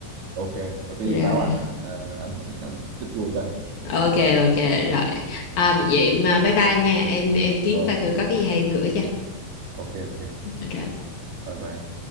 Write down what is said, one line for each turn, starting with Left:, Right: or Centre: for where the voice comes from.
Right: ok rồi cái
Left: rồi
Right: gì báo anh anh ờ, anh anh, anh, chích cho
Left: ok ok rồi à,
Right: Ờ,
Left: vậy mà bye bye nha em em kiếm
Right: ok
Left: coi thử có cái gì hay em gửi cho
Right: ok ok
Left: rồi
Right: bye bye